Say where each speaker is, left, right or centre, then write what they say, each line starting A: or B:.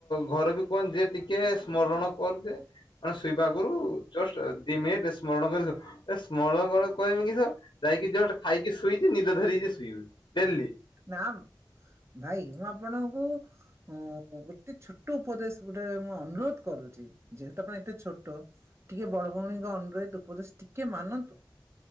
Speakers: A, on the left; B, on the right.
A: ଘରେ ବି କୁହେ ଯିଏ ଟିକେ ସ୍ମରଣ କର ଯେ। ମାନେ ଶୋଇବାଗରୁ ଜଷ୍ଟ ଦି ମିନିଟ ସ୍ମରଣ କରି ସ୍ମରଣ କଣ କହିମି କିସ ଯାଇକି ଜଷ୍ଟ ଖାଇକି ଶୋଇଛି ନିଦ ଧରିିକି ଶୋଇବୁ ଡେଲି।
B: ନା ଭାଇ ମୁଁ ଆପଣଙ୍କୁ ହଁ ଗୋଟେ ଛୋଟ ଉପଦେଶ ଗୋଟେ ମୁଁ ଅନୁରୋଧ କରୁଚି। ଯେହେତୁ ଆପଣ ଏତେ ଛୋଟ ଟିକେ ବଡ ଭଉଣୀଙ୍କ ଅନୁରୋହିତ ଉପଦେଶ ଟିକେ ମାନନ୍ତୁ।